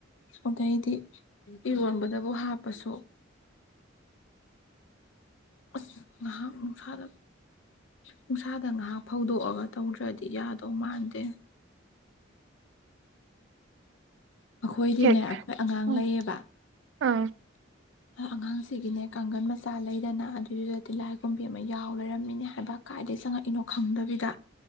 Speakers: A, on the left; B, on the right.
A: ꯑꯗꯩꯗꯤ ꯏꯔꯣꯟꯕꯗꯕꯨ ꯍꯥꯞꯄꯁꯨ ꯑꯁ ꯉꯍꯥꯛ ꯥꯗ ꯅꯨꯡꯁꯥꯗ ꯉꯥꯏꯍꯥꯛ ꯐꯧꯗꯣꯛꯑꯒ ꯇꯧꯗ꯭ꯔꯗꯤ ꯌꯥꯗꯧ ꯃꯥꯟꯗꯦ ꯑꯩꯈꯣꯏꯗꯤꯅꯦ
B: ꯍꯦꯛ
A: ꯑꯩꯈꯣꯏ ꯑꯉꯥꯡ
B: ꯎꯝ
A: ꯂꯩꯌꯦꯕ
B: ꯑꯪ
A: ꯑꯉꯥꯡꯁꯤꯒꯤꯅꯦ ꯀꯥꯡꯒꯟ ꯃꯆꯥ ꯂꯩꯗꯅ ꯑꯗꯨꯏꯗꯨꯗ ꯇꯤꯜꯍꯥꯏ ꯀꯨꯝꯕꯤ ꯑꯃ ꯌꯥꯎ ꯂꯩꯔꯝꯃꯤꯅꯦ ꯍꯥꯏꯕ ꯀꯥꯏꯗꯩ ꯆꯪꯉꯛꯏꯅꯣ ꯈꯪꯗꯕꯤꯗ